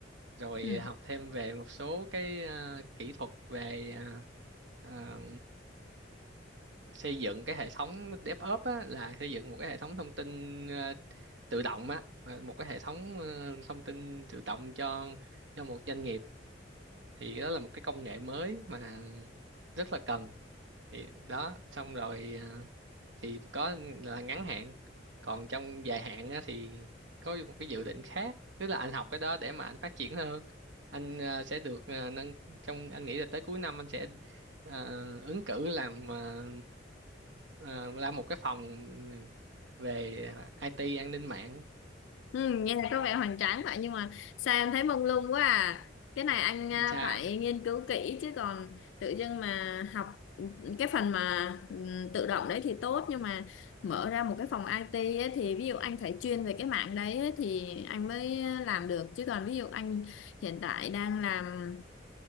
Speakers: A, on the right; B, on the left.
A: rồi
B: ừ.
A: học thêm về một số cái à, kỹ thuật về à, à, xây dựng cái hệ thống DevOps á, là xây dựng một cái hệ thống thông tin ờ, tự động á mà một cái hệ thống ờ, thông tin tự động cho cho một doanh nghiệp thì đó là một cái công nghệ mới mà rất là cần thì đó xong rồi à, thì có là ngắn hạn còn trong dài hạn á, thì có một cái dự định khác tức là anh học cái đó để mà anh phát triển hơn anh à, sẽ được à, nâng trong anh nghĩ là tới cuối năm anh sẽ à, ứng cử làm à, à, làm một cái phòng ừ, về IT an ninh mạng
B: Ừ, nghe có vẻ hoành tráng vậy nhưng mà sao em thấy mông lung quá à cái này anh
A: làm
B: à,
A: sao
B: phải nghiên cứu kỹ chứ còn tự dưng mà học cái phần mà ừ, tự động đấy thì tốt nhưng mà mở ra một cái phòng IT ấy, thì ví dụ anh phải chuyên về cái mạng đấy ấy, thì anh mới làm được chứ còn ví dụ anh hiện tại đang làm